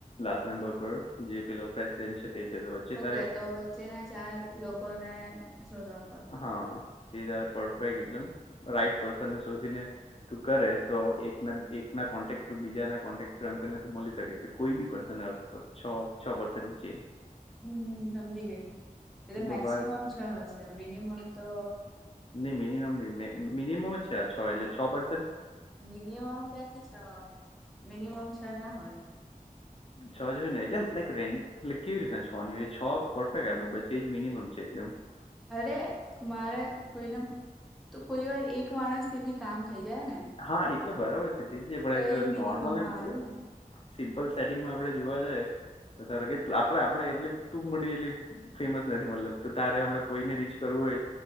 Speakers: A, on the left; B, in the centre.
A: લાસ્ટ નંબર પર જે પેલો પ્રેસિડેન્ટ છે તે વચ્ચે
B: ઓકે
A: તારે
B: તો વચ્ચેના ચાર લોકોને શોધવા પડે
A: હા તે તારે પરફેક્ટ એકદમ રાઈટ પર્સનને શોધીને તું કરે તો એક એક ના કોન્ટેક્ટ થ્રુ બીજાના કોન્ટેક થુ એમને તું મળી શકે છે કોઈ બી પર્સન છ છ પર્સની ચેન.
B: હમ સમજી ગઈ એટલે
A: બહુ
B: મેક્સિમમ
A: બહાર છે.
B: છ હશે મિનિમમ તો
A: નહી મિનિમમ નહી મિનિમમ જ છે આ છ એટલે છ પરસેન્
B: મિનિમમ ક્યાંથી છ હોય મિનિમમ છ ના હોય.
A: છ જ હોય ને એટલે એમ લાઈક રેન્ એટલે કેવી રીતના છોની છ પરફેક્ટ આમ એ જ મિનિમમ છે એકદમ.
B: અરે મારે કોઈને તો કોઈ વાર એક માણસ થી બી કામ થઈ જાય ને.
A: હા એટલે બરાબર છે તે પણ
B: તો
A: એ
B: મિનિમમમાં
A: નોર્મલ એમ
B: આવ્યું
A: એટ
B: ને
A: સિમ્પલ સેટિંગમાં આપડે જોવા જાય ધાર કે આપડે આપડે એટલે ટુંક મળી ગેલી ફેમસ નથી મતલબ તો તારે હમણા કોઈને રીચ કરવું હોય